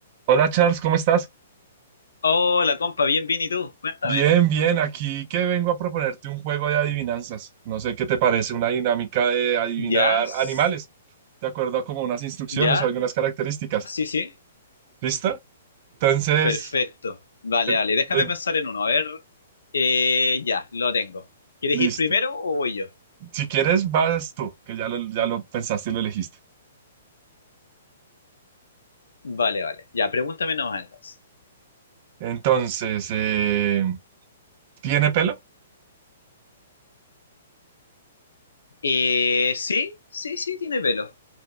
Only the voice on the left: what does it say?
Hola, compa, bien, bien, ¿y tú? Cuéntame.
¿Ya? s-
¿Ya?
Sí, sí.
Perfecto. Vale,
vale, déjame
pensar en uno. A ver. Eh, ya, lo tengo. ¿Quieres
ir primero o voy yo?
Vale, vale. Ya, pregúntame nomás entonces.
Eh, sí, sí, sí, tiene pelo.